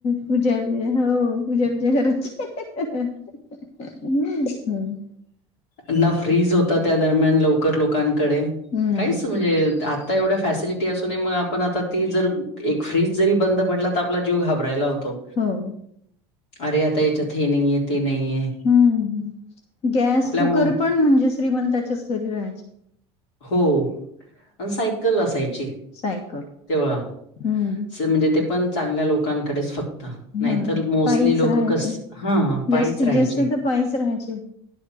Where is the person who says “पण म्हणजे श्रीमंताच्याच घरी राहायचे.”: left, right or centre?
Left